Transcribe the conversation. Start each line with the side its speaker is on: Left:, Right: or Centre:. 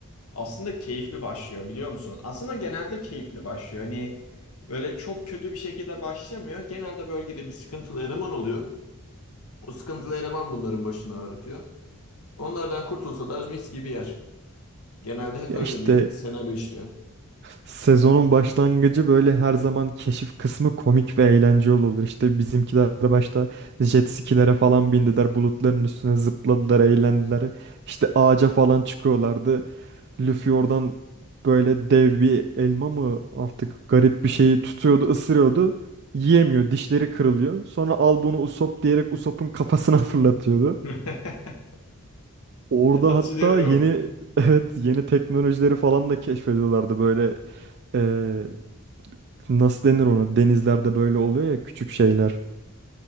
Left: aslında keyifli başlıyor biliyor musun? Aslında genelde keyifli başlıyor. Hani böyle çok kötü bir şekilde başlamıyor. Genelde bölgede bir sıkıntılı eleman oluyor. O sıkıntılı eleman bunların başına ağrıtıyor. Onlardan kurtulsalar mis gibi yer. Genelde hep
Right: Ya
Left: öyle
Right: işte
Left: bir senaryo işliyor.
Right: sezonun başlangıcı böyle her zaman keşif kısmı komik ve eğlenceli olur. İşte bizimkiler başta jet skilere falan bindiler, bulutların üstüne zıpladılar, eğlendiler. İşte ağaca falan çıkıyorlardı. Luffy oradan böyle dev bir elma mı artık garip bir şeyi tutuyordu, ısırıyordu. Yiyemiyor, dişleri kırılıyor. Sonra al bunu Usopp diyerek Usopp'un kafasına <laughs> fırlatıyordu.
Left: <laughs>
Right: Orada
Left: Hatırlıyorum.
Right: hatta yeni <laughs> evet yeni teknolojileri falan da keşfediyorlardı böyle eee, nasıl denir onu denizlerde böyle oluyor ya küçük şeyler.